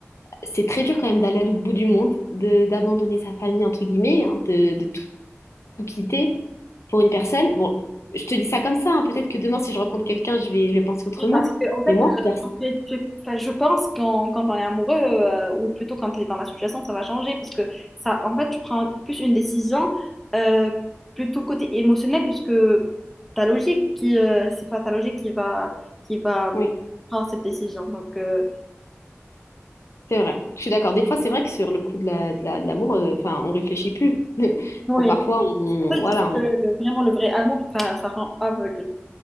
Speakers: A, on the left; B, in the centre.
A: c'est très dur quand même d'aller à l'autre bout du monde, de d'abandonner sa famille, entre guillemets, hein, de, de tout, tout quitter pour une personne. Bon, je te dis ça comme ça, hein, peut-être que demain, si je rencontre quelqu'un, je vais, je vais penser autrement.
B: Oui, Parce que, en fait,
A: Mais moi,
B: euh,
A: personne.
B: quand tu es- tu es- enfin, je pense qu'en- quand on est amoureux, euh, ou plutôt quand tu es dans la situation, ça va changer. Parce que, ça, en fait, tu prends plus une décision euh, plutôt côté émotionnel, puisque ta logique qui, euh, c'est pas ta logique qui va, qui va
A: Oui,
B: euh, prendre cette décision. Donc, euh,
A: c'est vrai. Je suis d'accord. Des fois, c'est vrai que sur le coup de la, de la- de l'amour, euh, enfin, on réfléchit plus. <laughs>
B: oui.
A: Bon, parfois, on, on-
B: C'est pour ça
A: voilà.
B: que je dis que
A: on-
B: le- vraiment le vrai amour, ça, ça rend aveugle.